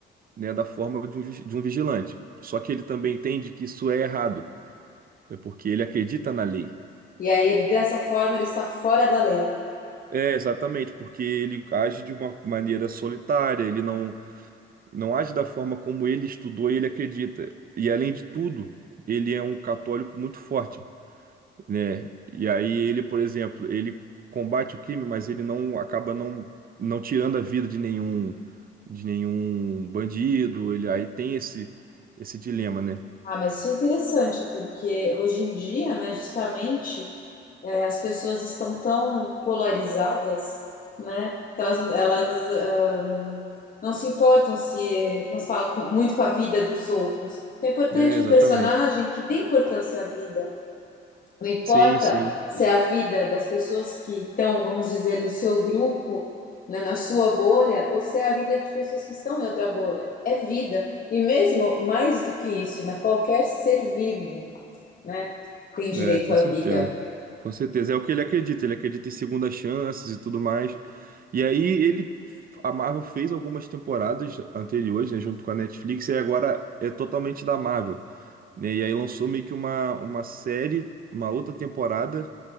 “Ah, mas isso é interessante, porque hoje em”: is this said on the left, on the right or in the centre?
Left